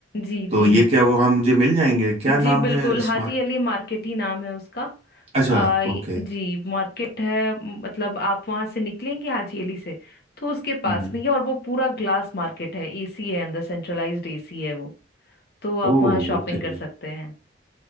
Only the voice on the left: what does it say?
जी
जी
जी बिल्कुल
हाजी अली मार्केट ही नाम है उसका
आ, य-
जी मार्केट है म, मतलब आप वहां से निकलेंगे हाजी अली से तो उसके पास
में ही है और वो पूरा ग्लास मार्केट है एसी है अंदर सेंट्रलाइज्ड एसी है वो तो आप
वहां शॉपिंग
कर सकते हैं